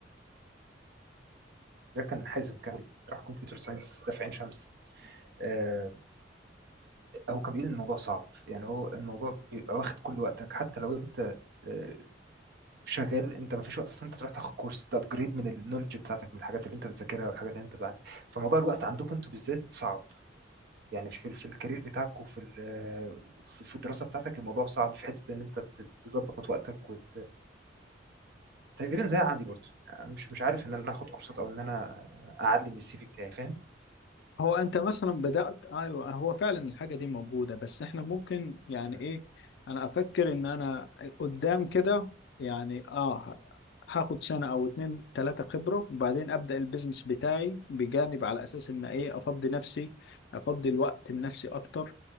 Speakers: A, on the right; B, on the left.
A: ده كان حازم كامل راح كمبيوتر ساينس ده في عين شمس آه، هو كان بيقول ان الموضوع صعب يعني هو الموضوع بيبقى واخد كل وقتك حتى لو انت آه، شغال انت ما فيش وقت اصلا انت تروح تاخد كورس تابجريد من النولج بتاعتك من الحاجات اللي انت بتذاكرها والحاجات اللي انت بعد فموضوع الوقت عندكم انتوا بالذات صعب يعني في في الكارير بتاعك وفي ال- آه، في في الدراسه بتاعتك الموضوع صعب في حته ان انت ت- تظبط وقتك وت تقريبًا زي عندي برضه، يعني مش مش عارف إن أنا آخد كورسات أو إن أنا أعلّي من الCV بتاعي فاهم؟
B: هو انت مثلا بدأت ايوه هو فعلا الحاجة دي موجودة بس احنا ممكن يعني
A: إمم،
B: ايه انا افكر ان انا قدام كده يعني اه هاخد سنة او اتنين تلاتة خبرة وبعدين ابدأ البيزنس بتاعي بجانب على اساس ان ايه افضي نفسي افضي الوقت لنفسي اكتر